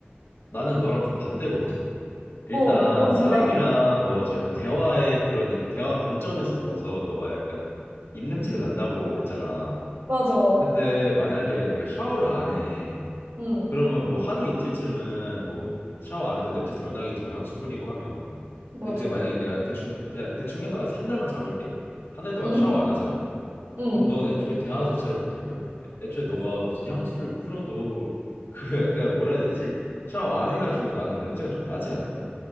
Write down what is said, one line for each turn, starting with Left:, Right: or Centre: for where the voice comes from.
Left: 나는 너랑 좀 반대거든. 일단
Right: 어, 넌 어때?
Left: 사람이랑 너 아주 약간 대화의 그런 약간 대화 관점에서 보고서 너가 약간 입냄새가
Right: 응,
Left: 난다고 했잖아.
Right: 맞아.
Left: 근데 만약에 내가 샤워를 안 해.
Right: 응,
Left: 그러면 뭐 하루 이틀쯤은 뭐 샤워 안 해도 냄새 덜 나겠지 뭐 향수 뿌리고 하면
Right: 맞아.
Left: 근데 그게 만약에 내가 대충 그냥 대충 해도 한한 달만 잡을게 한 달 동안
Right: 응?
Left: 샤워 안 하잖아
Right: 응.
Left: 그럼 넌 애초에 대화 자체를 못 할걸 애초에 너가 무슨 향수를 뿌려도 그 약간 뭐라 해야 되지 샤워 안 해가지고 나는 냄새가 좀 나지 않을까